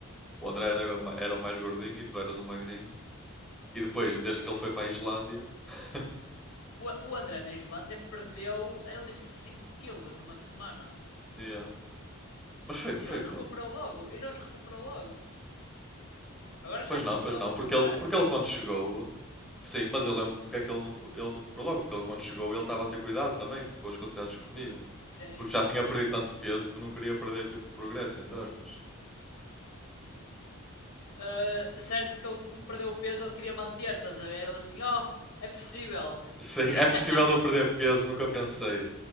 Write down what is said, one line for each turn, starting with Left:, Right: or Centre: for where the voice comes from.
Centre: o André era, ma- era o mais gordinho e tu eras o magrinho. E depois, desde que ele foi para a Islândia. <laughs>
Left: O, o André na Islândia perdeu, ele disse 5 quilos numa semana.
Centre: Yeah. Mas foi, foi
Left: E não os
Centre: mesmo.
Left: recuperou logo, e não os recuperou logo. Agora já
Centre: Pois
Left: começou
Centre: não, pois não.
Left: a recuperar.
Centre: Porque ele, porque ele quando chegou. Sim, mas eu lembro porque é que ele não, co- ele não reparou logo. Porque ele quando chegou ele estava a ter cuidado também com as quantidades que comia.
Left: Sim.
Centre: Porque já tinha perdido tanto peso que não queria perder tipo o progresso, entre aspas.
Left: Ah, certo, porque ele como perdeu o peso, ele queria manter, estás a ver? Ele assim, oh, é possível.
Centre: Sim,
Left: <laughs>
Centre: é possível eu perder peso, nunca pensei.